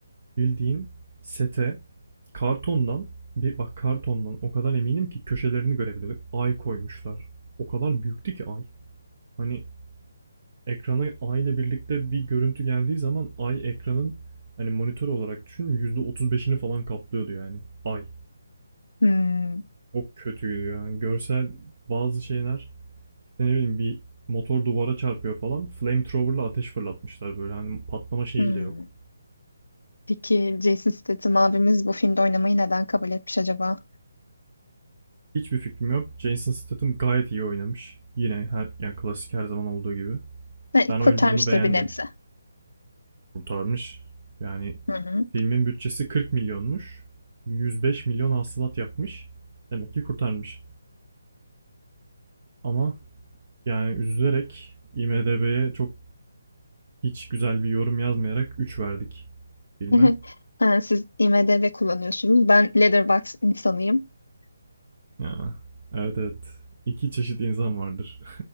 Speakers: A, on the right; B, on the left.
A: bildiğin sete kartondan bir bak kartondan o kadar eminim ki köşelerini görebiliyorduk. Ay koymuşlar. O kadar büyüktü ki ay. Hani Ekrana ay ile birlikte bir görüntü geldiği zaman ay ekranın hani monitör olarak düşün yüzde otuz beşini falan kaplıyordu yani ay.
B: Hmm,
A: O kötüydü yani. Görsel bazı şeyler işte ne bileyim bir motor duvara çarpıyor falan. Flamethrower'la ateş fırlatmışlar böyle hani patlama şeyi
B: hmm.
A: bile yok.
B: Peki Jason Statham abimiz bu filmde oynamayı neden kabul etmiş acaba?
A: Hiçbir fikrim yok. Jason Statham gayet iyi oynamış. Yine her yani klasik her zaman olduğu gibi.
B: Ne,
A: Ben
B: kurtarmıştır
A: oyunculuğunu beğendim.
B: bir nebze.
A: kurtarmış. Yani
B: Hı hı.
A: filmin bütçesi 40 milyonmuş. 105 milyon hasılat yapmış. Demek ki kurtarmış. Ama yani üzülerek IMDb'ye çok hiç güzel bir yorum yazmayarak 3 verdik filme.
B: <laughs> Ha, siz IMDb kullanıyorsunuz. Ben Letterboxd insanıyım. <laughs>
A: Ya, evet evet. İki çeşit insan vardır.